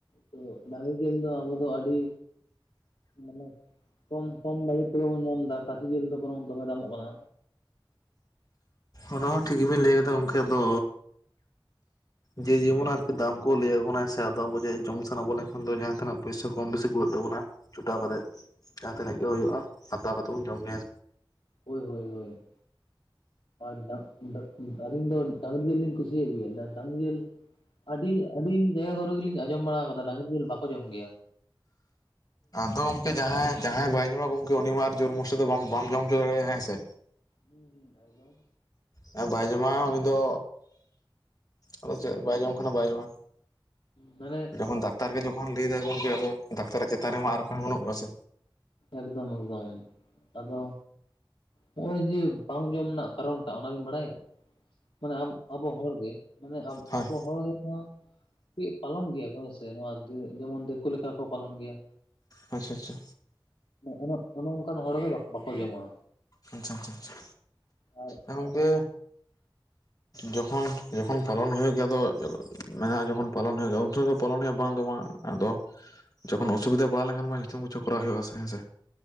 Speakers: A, on the left (about 80°); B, on the left (about 45°).
A: ᱛᱚ ᱰᱟᱹᱝᱨᱤ ᱡᱮᱞ ᱫᱚ ᱟᱵᱚ ᱫᱚ ᱟᱹᱰᱤ ᱢᱟᱱᱮ ᱠᱚᱢ ᱠᱚᱢ ᱵᱟᱹᱲᱤ ᱛᱮᱜᱮ ᱵᱚᱱ ᱧᱟᱢ ᱫᱟ ᱠᱷᱟᱹᱥᱤ ᱡᱤᱞ ᱫᱚ ᱵᱚᱨᱚᱝ ᱫᱚᱢᱮ ᱫᱟᱢᱚᱜ ᱠᱟᱱᱟ
B: ᱚᱱᱟ ᱦᱚᱸ ᱴᱷᱤᱠ ᱜᱮᱵᱤᱱ ᱞᱟᱹᱭ ᱠᱟᱫᱟ ᱜᱚᱢᱠᱮ ᱟᱫᱚ ᱡᱮ ᱡᱮᱢᱚᱱ ᱟᱨᱠᱤ ᱫᱟᱢ ᱠᱚ ᱞᱟᱹᱭ ᱟᱵᱚᱱᱟ ᱥᱮ ᱟᱫᱚ ᱟᱵᱚ ᱡᱚ ᱡᱚᱢ ᱥᱟᱱᱟ ᱵᱚ ᱞᱮᱱᱠᱷᱟᱱ ᱫᱚ ᱡᱟᱦᱟᱸ ᱛᱤᱱᱟᱹᱜ ᱯᱩᱭᱥᱟᱹ ᱠᱚᱢ ᱵᱤᱥᱤ ᱠᱩᱲᱟᱜ ᱛᱟᱵᱚᱱᱟ ᱡᱚᱴᱟᱣ ᱠᱟᱛᱮᱜ ᱡᱟᱦᱟᱸ ᱛᱤᱱᱟᱹᱜ ᱜᱮ ᱦᱩᱭᱩᱜᱼᱟ ᱦᱟᱛᱟᱣ ᱠᱟᱛᱮᱫ ᱵᱚᱱ ᱡᱚᱢ ᱧᱩᱭᱟ᱾
A: ᱦᱳᱭ ᱦᱳᱭ ᱦᱳᱭ ᱟᱨ ᱰᱟ ᱰᱟ ᱟᱹᱞᱤᱧ ᱫᱚ ᱰᱟᱝᱨᱤ ᱡᱤᱞ ᱞᱤᱧ ᱠᱩᱥᱤᱭᱟᱜ ᱜᱮᱭᱟ ᱰᱟ ᱰᱟᱝᱨᱤ ᱡᱤᱞ ᱟᱹᱰᱤ ᱟᱹᱰᱤ ᱡᱟᱭᱜᱟ ᱠᱚᱨᱮ ᱜᱮᱞᱤᱧ ᱟᱸᱡᱚᱢ ᱵᱟᱲᱟ ᱠᱟᱫᱟ ᱰᱟᱝᱨᱤ ᱡᱤᱞ ᱵᱟᱠᱚ ᱡᱚᱢ ᱜᱮᱭᱟ᱾
B: ᱟᱫᱚ ᱜᱚᱢᱠᱮ ᱡᱟᱦᱟᱸᱭ ᱡᱟᱦᱟᱸᱭ ᱵᱟᱭ ᱡᱚᱢᱟ ᱜᱚᱝᱠᱮ ᱩᱱᱤ ᱢᱟ ᱟᱨ ᱡᱳᱨ ᱢᱚᱥᱟ ᱫᱚ ᱵᱟᱢ ᱡᱚᱢ ᱦᱚᱪᱚ ᱫᱟᱲᱮᱟᱭ ᱦᱮᱸᱥᱮ
A: ᱦᱩᱸ ᱦᱩᱸ ᱮᱠᱫᱚᱢ
B: ᱦᱮᱸ ᱵᱟᱭ ᱡᱚᱢᱟ ᱩᱱᱤ ᱫᱚ ᱟᱫᱚ ᱪᱮᱫ ᱵᱟᱭ ᱡᱚᱢ ᱠᱷᱟᱱ ᱵᱟᱭ ᱡᱚᱢᱟ᱾
A: ᱢᱟᱱᱮ
B: ᱡᱚᱠᱷᱚᱱ ᱰᱟᱠᱛᱟᱨ ᱜᱮ ᱡᱚᱠᱷᱚᱱ ᱞᱟᱹᱭ ᱫᱟᱭ ᱜᱠᱮ ᱟᱫᱚ ᱰᱟᱠᱛᱟᱨᱟᱜ ᱪᱮᱛᱟᱱ ᱨᱮᱢᱟ ᱟᱨ ᱚᱠᱚᱭ ᱦᱚᱸ ᱵᱟᱹᱱᱩᱜ ᱠᱚᱣᱟ ᱥᱮ
A: ᱮᱠᱫᱚᱢ ᱮᱠᱫᱚᱢ ᱟᱫᱚ ᱦᱚᱸᱜ-ᱚᱚᱭ ᱡᱮ ᱵᱟᱝ ᱡᱚᱢ ᱨᱮᱱᱟᱜ ᱠᱟᱨᱚᱱᱴᱟᱜ ᱚᱱᱟᱵᱤᱱ ᱵᱟᱲᱟᱭᱟ? ᱢᱟᱱᱮ ᱟᱵᱚ ᱦᱚᱲᱜᱮ ᱢᱟᱱᱮ
B: ᱦᱳᱭ
A: ᱟᱵᱚ ᱦᱚᱲ ᱜᱮᱢᱟ ᱠᱟᱹᱡ ᱯᱟᱞᱚᱱ ᱜᱮᱭᱟ ᱠᱚ ᱦᱮᱸ ᱥᱮ ᱱᱚᱣᱟ ᱡᱮᱢᱚᱱ ᱫᱤᱠᱳ ᱞᱮᱠᱟ ᱠᱚ ᱯᱟᱞᱚᱱ ᱜᱮᱭᱟ᱾
B: ᱟᱪᱪᱷᱟ ᱟᱪᱪᱷᱟ ᱟᱪᱪᱷᱟ
A: ᱚᱱᱮ ᱚᱱᱮ ᱚᱱᱠᱟᱱ ᱦᱚᱲᱜᱮ ᱵᱟᱠᱚ ᱡᱚᱢᱟ᱾
B: ᱟᱪᱪᱷᱟ ᱟᱪᱪᱷᱟ ᱟᱪᱪᱷᱟ
A: ᱟᱨ
B: ᱮ ᱜᱚᱢᱠᱮ ᱡᱚᱠᱷᱚᱱ ᱡᱚᱠᱷᱚᱱ ᱯᱟᱞᱚᱱ ᱦᱩᱭᱩᱜ ᱜᱮᱭᱟ ᱟᱫᱚ ᱢᱮᱱᱟᱜᱼᱟ, ᱡᱚᱠᱷᱚᱱ ᱯᱟᱞᱚᱱ ᱦᱩᱭᱩᱜ ᱜᱮᱭᱟ ᱩᱱ ᱥᱚᱢᱚᱭ ᱫᱚ ᱯᱟᱞᱚᱱ ᱦᱩᱭᱩᱜᱼᱟ ᱵᱟᱝ ᱫᱚ ᱵᱟᱝ᱾ ᱟᱫᱚ ᱡᱚᱠᱷᱚᱱ ᱚᱥᱩᱵᱤᱫᱷᱟ ᱯᱟᱲᱟᱣ ᱞᱮᱱᱠᱷᱟᱱ ᱢᱟ ᱡᱷᱚᱛᱚᱢ ᱠᱤᱪᱷᱩ ᱠᱚᱨᱟᱣ ᱦᱩᱭᱩᱜᱼᱟ ᱥᱮ ᱦᱮᱸ ᱥᱮ᱾